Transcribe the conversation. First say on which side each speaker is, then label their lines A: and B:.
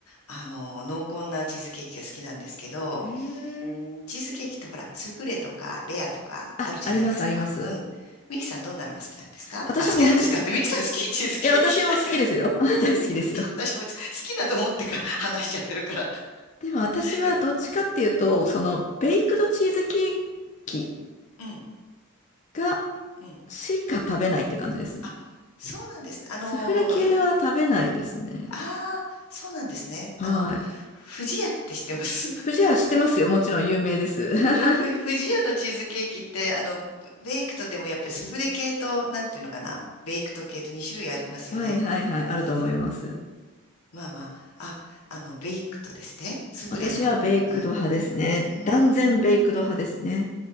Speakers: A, on the left; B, on the left.
A: あの、濃厚なチーズケーキが好きなんですけど、
B: へー
A: チーズケーキってほら、スフレとかレアとかあるじゃないですか。
B: あ、あります、あります。
A: うん。ミキさんどんなのが好きなんですかあ、
B: 私も同じ、
A: 好きなんですかって、ミキさん好きチーズケーキ。
B: え、私も好きですよ。
A: <laughs>
B: <laughs> 大好きですよ。
A: 私も好きだと思ってか話しちゃってるからな。
B: でも私はどっちかっていうと、
A: <laughs> よく。
B: その、ベイクドチーズケーキ
A: うん。
B: が、
A: うん
B: しか食べないって感じですね。
A: あ、そうなんですね。あのー、
B: スフレ系は食べないですね。
A: うん。ああ、そうなんですね。
B: はい。
A: あの、不二家って知ってます <laughs>
B: 不二家知ってますよ。もちろん有名です。<laughs>
A: ふ、不二家のチーズケーキって、あの、ベイクトでもやっぱりスフレ系と、なんていうのかな、ベイクト系と2種類ありますよね。
B: はいはいはい、あると思います。
A: うん。まあまあ、あ、あの、ベイクトですね。スフレのは、
B: 私はベイクド派ですね。
A: うん。うーん。
B: 断然ベイクド派ですね。